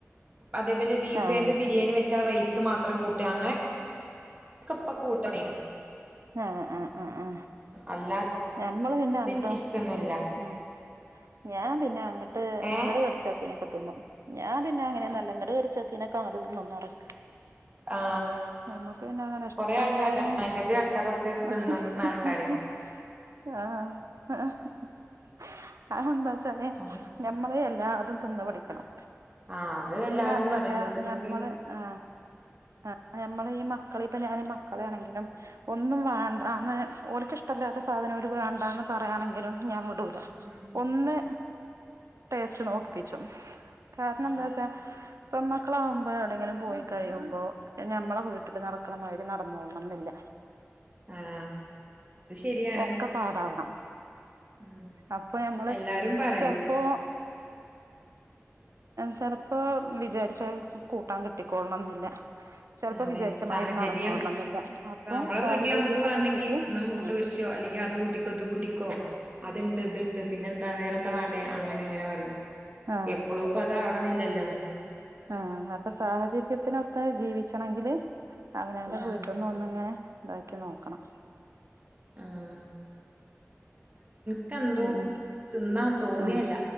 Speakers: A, on the right; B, on the right.
A: അതേപൊലെ ബീഫേണ്ട്
B: ആഹ്
A: ബിരിയാണി വെച്ചാ ആ റെയ് സ് മാത്രം കൂട്ട്അ അങ്ങനെ ക്ക പ്പ കൂട്ടലൊട്ങ്ങീണ്
B: ആ ആ ആ ആ
A: അല്ലാത്തത്
B: ആം മ്മള് പിന്നെ അങ്ങടൊ
A: എനിക്കിഷ്ടൊന്നുല്ല
B: അ ഞാൻ പിന്നെ അങ്ങട്ട്
A: ഏ
B: ങ്ങട്ട് കടിച്ചാത്തേനൊക്കെ ത് ഞാ പിന്നെ അങ്ങനെ ഒന്നുഅല്ല ങ്ങട്ട് കട്ച്ചാത്തീനൊക്കെ അങ്ങട്ട് തിന്ന് <inaudible> <unintelligible>
A: ആ
B: ഞമ്മക്ക് പിന്നെ അങ്ങനെ ഇഷ്ടല്ലായേ
A: കൊറേ ആൾക്കാര് സംഗതി ആൾക്കാരൊക്കെ
B: <unintelligible>
A: തിന്നും ആൾക്കാര്
B: <inaudible> ചല്
A: ഉം
B: ഞമ്മള് എല്ലാ അതും ത് ന്ന് പഠിക്കണം
A: ആ അത്
B: പിന്ന
A: എല്ലാരും
B: അതുഅല്ല
A: പറയും വീട്ടിന്നൊക്കെ
B: ഞമ്മള് ആ അ ഞമ്മള് ഈ മക്കളെ പ്പ ഞാന് മക്കളെയാണെങ്കിലും ഒന്നും വാണ്ടാന്ന് ഓർക്കിഷ്ട്ടല്ലാത്ത സാധനം ഓര് വേണ്ടാന്ന് പറയാണെങ്കിലും ഞാം വിടൂല.
A: ഉം
B: ഒന്ന് ടേസ്റ്റ് നോക്കിപ്പിച്ചും. കാരണന്താച്ചാ
A: ആ
B: പ്പെമ്മക്കളാവുമ്പോ എവടേലും പോയി കഴിയുമ്പോ ഞമ്മളെ വീട്ടില് നടക്ക്ണമാരി നടന്നോളണം ന്നില്ല.
A: ആ അത് ശരിയാണ്
B: ഒക്കെ പാടാവണം.
A: ഉം
B: അപ്പ ഞമ്മള്
A: എല്ലാരും പറയും
B: ചെലപ്പോ ചെലപ്പോ വിചാരിച്ച കൂട്ടാം കിട്ടികോളണം ന്നില്ല <unintelligible> ചെലപ്പോ
A: അതെ
B: വിചാരിച്ചമാരി
A: സാഹചര്യം
B: നടന്നോണം ന്നില്ല അപ്പം
A: ഇപ്പ നമ്മളെ
B: സാഹചര്യത്തിനെച്ച്ട്ട്
A: വീട്ടിൽ നമുക്ക് വേണെങ്കി ഒന്ന് മുട്ട
B: ആഹ്
A: പൊരിച്ചോ അല്ലെങ്കിൽ അത് കൂട്ടിക്കോ ഇത് കൂട്ടിക്കോ അത്ണ്ട് ത്ണ്ട് പിന്നെ ന്താ വേറെ ന്താ വാണ്ടേ അങ്ങനെ അങ്ങനെ പറയും.
B: ആ
A: എപ്പളുപ്പോ അതാവണന്നില്ലല്ലോ
B: ആഹ് അപ്പ സാഹചര്യത്തിനൊത്ത് ജീവിച്ചണെങ്കില് അവനാന്റെ
A: ആ
B: വീട്ട്ന്ന് ഒന്ന്ങ്ങനെ താക്കി നോക്കണം.
A: ആ ത എന്തൂ
B: ഉം
A: തിന്നാ തോന്നേല്ല.
B: ഉം